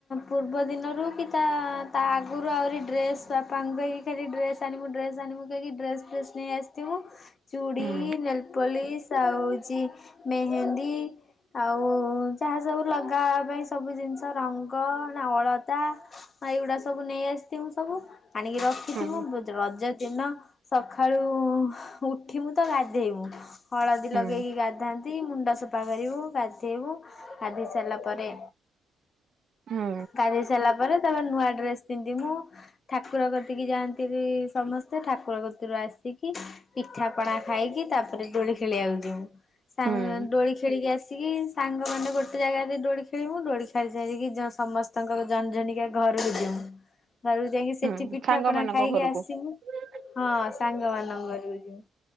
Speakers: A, on the left; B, on the right.
A: ପୂର୍ବ ଦିନରୁ କି ତା ତା ଆଗରୁ ଆହୁରି ଡ୍ରେସ୍ ବାପାଙ୍କୁ କକ ଖଲି ଡ୍ରେ ଆଣମୁ ଡ୍ରେସ ଆଣମୁ କକି ଡ୍ରେସ ଫ୍ରେସ୍ ନେଇ ଆସି ତୁ ଚୁଡ଼ି
B: ହୁଁ
A: ନେଲପୋଲିସ ଆଉ ହଉଛି ମେହେନ୍ଦୀ, ଆଉ ଯାହା ସବୁ ଲଗାହବା ପାଇଁ ସବୁ ଜିନିଷ, ରଙ୍ଗ ନା ଅଳତା। ହଁ ଏଇଗୁଡା ସବୁ ନେଇ ଆସିଥିବୁ ସବୁ, ଆଣିକି ରଖ ଖଛି
B: ହୁଁ
A: ମୁ ରଜ ଦିନ ସକାଳୁ ଉଠିମୁ ତ ଗାଧେଇମୁ। ହଳଦୀ
B: ହୁଁ
A: ଲଗେଇକି ଗାଧାନ୍ତି, ମୁଣ୍ଡ ସଫା କରିବୁ, ଗା ଗାଧେଇବୁ, ଗାଧେଇ ସାରିଲା ପରେ,
B: ହୁଁ
A: ଗାଧି ସାରିଲା ପରେ ତା ତା ନୂଆ ଡ୍ରେସ ପିନ୍ଧି ମୁଁ ଠାକୁର କତିକିି ଯାଆନ୍ତି ବି ସମସ୍ତେ, ଠାକୁର କତିରୁ ଆସିକି ପିଠାପଣା ଖାଇକି, ତାପରେ ଦୋଳି ଖେଳିବାକୁ ଯିବୁ। ସାଙ୍ଗ
B: ହୁଁ
A: ଦୋଳି ଖେଳିକି ଆସିକି ସାଙ୍ଗମାନେେ ଗୋଟେ ଜାଗାରେ ଦୋଳି ଖେଳିବୁ, ଦୋଳି ଖେଳି ସାରିକି ସମସ୍ତେ ତାଙ୍କର ଜଣେ ଜଣିକା ଘରକୁ ଯିବୁ। ଘରକୁ ଯାଇକି ସେଠି
B: ହୁଁ
A: ପିଠାପଣା
B: ସାଙ୍ଗ ମାନଙ୍କ
A: ଖାଇକି
B: ଘରକୁ।
A: ଆସିବୁ,
B: ହଁ
A: ହଁ ସାଙ୍ଗ ମାନଙ୍କ ଘରକୁ ଯିବୁ।